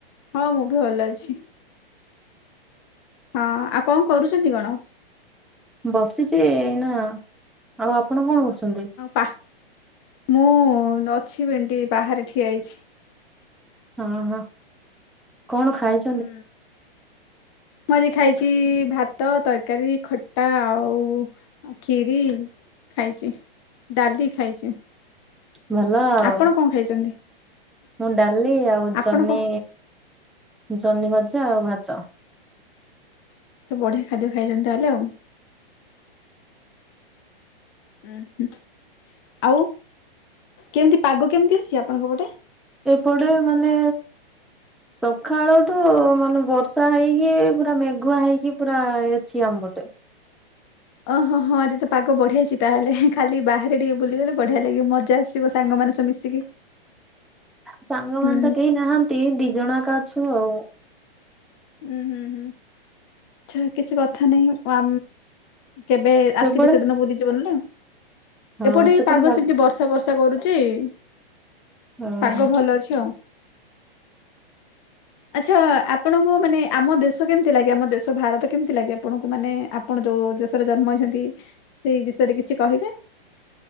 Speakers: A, on the left; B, in the centre.
A: ହଁ ମୁଁ ବି ଭଲ ଅଛି। ହଁ, ଆଉ କଣ କରୁଛନ୍ତି କଣ?
B: ବସିଛି ଏଇନା, ଆଉ ଆପଣ କଣ କରୁଛନ୍ତି?
A: ବାଃ ମୁଁ ଅଛି ଏମତି ବାହାରେ ଠିଆ ହେଇଛି।
B: ହଁ ହଁ କଣ ଖାଇଛି
A: ହୁଁ। ମୁଁ ଆଜି ଖାଇଛି ଭାତ, ତରକାରୀ, ଖଟା ଆଉ ଖିରି ଖାଇଛି ଡାଲି ଖାଇଛି।
B: ଭଲ ଆଉ
A: ଆପଣ କଣ ଖାଇଛନ୍ତି?
B: ମୁଁ ଡାଲି ଆଉ
A: ଆପଣ
B: ଜହ୍ନି,
A: କଣ
B: ଜହ୍ନି ଭଜା ଆଉ ଭାତ।
A: ଆଛା ବଢିଆ ଖାଦ୍ୟ ଖାଇଛନ୍ତି ତାହେଲେ ଆଉ। ହୁଁ ହୁଁ, ଆଉ କେମିତି ପାଗ କେମିତି ଅଛି ଆପଣଙ୍କ ପଟେ?
B: ଏ ପଟେ ମାନେ ସକାଳଠୁ ମାନେ ବର୍ଷା ହେଇକି, ପୁରା ମେଘୁଆ ହେଇକି, ପୁରା ଅଛି ଆମ ପଟେ।
A: ଓହୋ ହଁ ହଁ ଆଜି ତ ପାଗ ବଢିଆ ହେଇଛି ତାହେଲେ, ଖାଲି ବାହାରେ ଟିକେ ବୁଲିଗଲେ ବଢିଆ ଲାଗିବ, ମଜା ଆସିବ, ସାଙ୍ଗମାନେ ସବୁ ମିଶିକି।
B: ସାଙ୍ଗ
A: ହୁଁ
B: ମାନେ ତ କେହି ନାହାଁନ୍ତି, ଦି ଜଣ ଏକା ଅଛୁ ଆଉ।
A: ଉଁ, ହୁଁ, ହୁଁ ଆଛା କିଛି କଥା ନାହିଁ ଆ କେବେ
B: ସେପଟେ
A: ଆସିବେ ସେଦିନ ଭୁଲିଯିବନି ନାଁ,
B: ହଁ
A: ଏପଟେ
B: ସେପଟେ
A: ବି ପାଗ
B: ବାଘ
A: ସେମିତି ବର୍ଷା ବର୍ଷା ବର୍ଷା କରୁଛି,
B: ଓହୋ
A: ପାଗ ଭଲ ଅଛି ଆଉ। ଆଚ୍ଛା ଆପଣଙ୍କୁ ମାନେ ଆମ ଦେଶ କେମିତି ଲାଗେ? ଆମ ଦେଶ ଭାରତ କେମିତି ଲାଗେ ଆପଣଙ୍କୁ? ମାନେ ଆପଣ ଯୋଉ ଦେଶରେ ଜନ୍ମ ହେଇଛନ୍ତି, ସେଇ ବିଷୟରେ କିଛି କହିବେ?